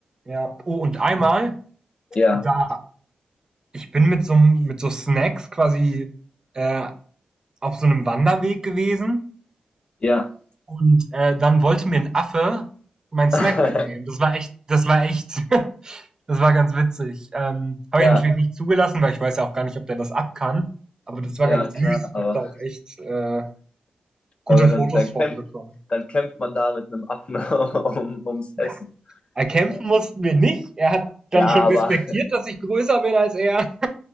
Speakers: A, on the right; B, on the left.
A: ja. Oh, und einmal,
B: Ja,
A: da ich bin mit so mit so Snacks quasi, äh, auf so einem Wanderweg gewesen
B: ja,
A: und, äh, dann wollte mir ein Affe meinen Snack
B: <laughs>
A: wegnehmen. Das war echt das war echt <laughs> Das war ganz witzig. Ähm, habe
B: ja,
A: ich natürlich nicht zugelassen, weil ich weiß ja auch gar nicht, ob der das ab kann. Aber das war
B: ja,
A: ganz
B: klar,
A: süß.
B: aber.
A: Ich habe da auch echt äh, gute
B: Aber dann,
A: Fotos
B: dann,
A: von
B: kämpft,
A: bekommen.
B: dann kämpft man da mit einem Affen <laughs> um, ums
A: Ja,
B: Essen.
A: erkämpfen
B: Ja,
A: mussten wir nicht. Er hat dann
B: ja
A: schon
B: aber,
A: respektiert, dass ich größer bin als er.